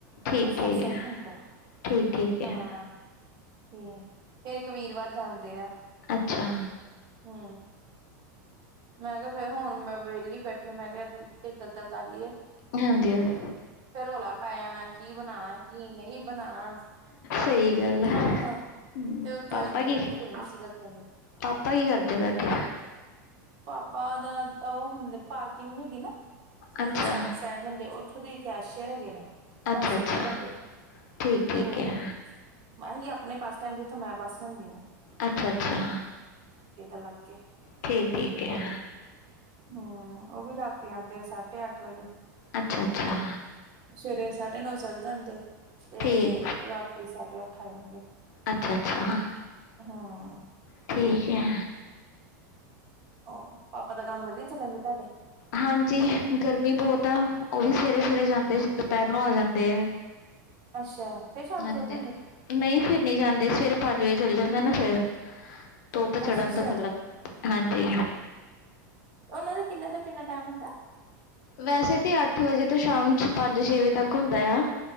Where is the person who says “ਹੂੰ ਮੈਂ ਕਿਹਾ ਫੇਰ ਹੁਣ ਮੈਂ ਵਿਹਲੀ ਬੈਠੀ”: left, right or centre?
Right